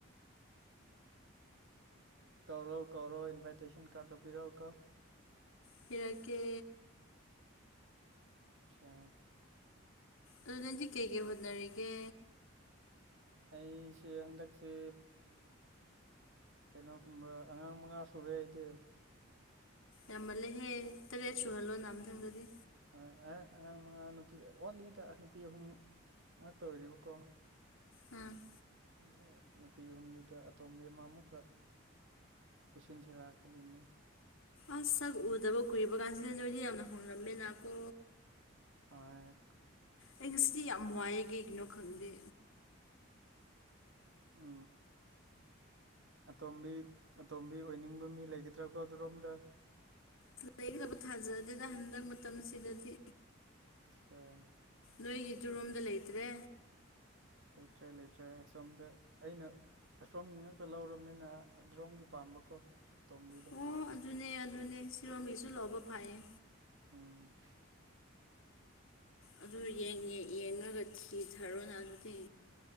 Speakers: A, on the right; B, on the left.
A: ꯀꯧꯔꯣ ꯀꯧꯔꯣ ꯏꯟꯚꯥꯏꯇꯦꯁꯟ ꯀꯥꯔꯗꯗꯨ ꯄꯤꯔꯛꯣ ꯀꯧ
B: ꯈꯔꯀꯦ
A: ꯑꯆꯥ
B: ꯑꯣ ꯅꯪꯗꯤ ꯀꯩꯀꯩ ꯍꯣꯠꯅꯔꯤꯒꯦ
A: ꯑꯩꯁꯦ ꯍꯟꯗꯛꯁꯦ ꯀꯩꯅꯣꯒꯨꯝꯕ ꯑꯉꯥꯡ ꯃꯉꯥ ꯁꯨꯔꯦꯗꯤ
B: ꯌꯥꯝꯃꯜꯂꯦꯍꯦ ꯇꯔꯦꯠ ꯁꯨꯍꯜꯂꯣ ꯅꯍꯝꯊꯪꯗꯗꯤ
A: ꯑ ꯑꯦ ꯑꯉꯥꯡ ꯃꯉꯥ ꯅꯨꯄꯤ ꯑꯣꯠꯂꯤꯗ ꯅꯨꯄꯤ ꯑꯍꯨꯝ ꯑ ꯇ ꯑꯣꯏꯔꯤꯕꯀꯣ
B: ꯎꯝ
A: ꯑꯗ ꯅꯨꯄꯤ ꯑꯍꯨꯝꯗꯨꯗ ꯑꯇꯣꯝꯕꯤ ꯑꯃ ꯑꯃꯨꯛꯈꯛ ꯄꯨꯁꯤꯟꯁꯤꯔꯥ ꯈꯅ
B: ꯑꯁ ꯁꯛ ꯎꯗꯕ ꯀꯨꯏꯔꯤꯕ ꯀꯥꯟꯁꯤꯗ ꯅꯣꯏꯗꯤ ꯌꯥꯝꯅ ꯍꯣꯡꯅꯔꯝꯃꯦꯅꯀꯣ
A: ꯍ
B: ꯑꯩ ꯉꯁꯤꯗꯤ ꯌꯥꯝ ꯋꯥꯏꯑ ꯀꯩꯒꯤꯅꯣ ꯈꯪꯗꯦ
A: ꯎ ꯑꯇꯣꯝꯕꯤ ꯑꯇꯣꯝꯕꯤ ꯑꯣꯏꯅꯤꯡꯕ ꯃꯤ ꯂꯩꯒꯗ꯭ꯔꯥꯀꯣ ꯑꯗꯨꯔꯣꯝꯗ
B: ꯂꯩꯒꯗꯕ ꯊꯥꯖ ꯑꯗꯨꯗ ꯍꯟꯗꯛ ꯃꯇꯝꯁꯤꯗꯗꯤ
A: ꯑ
B: ꯅꯣꯏꯒꯤ ꯇꯨꯔꯣꯝꯗ ꯂꯩꯇ꯭ꯔꯦ
A: ꯂꯩꯇ꯭ꯔꯦ ꯂꯩꯇ꯭ꯔꯦ ꯁꯣꯝꯗ ꯑꯩꯅ ꯑꯁꯣꯝꯒꯤ ꯉꯥꯛꯛꯇ ꯂꯧꯔꯕꯅꯤꯅ ꯑ꯭ꯔꯣꯝꯒꯤ ꯄꯥꯝꯕꯀꯣ ꯇꯣꯝꯕꯤꯗꯣ
B: ꯑꯣ ꯑꯗꯨꯅꯦ ꯑꯗꯨꯅꯦ ꯁꯤꯔꯣꯒꯤꯁꯨ ꯂꯧꯕ ꯐꯥꯏꯌꯦ
A: ꯎꯝ
B: ꯑꯗꯨ ꯌꯦꯡꯉꯒ ꯊꯤꯊꯔꯣꯅ ꯑꯗꯨꯗꯤ